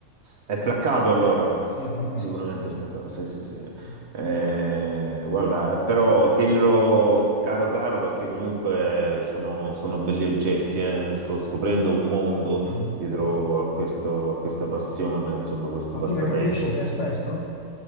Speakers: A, on the right (about 55°); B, on the left (about 65°).
A: È placcato allora.
B: Sì, placcato,
A: Sicuramente
B: sì, sì, sì.
A: è placcato. Sì, sì, sì.
B: sì.
A: Eh, guarda, eh, però tienilo caro caro perché comunque sono, sono belli oggetti. eh. Sto scoprendo un mondo
B: Mm.
A: dietro a questo- a questa passione, insomma, questo
B: Ma
A: passatempo.
B: tu ne capisci, sei esperto?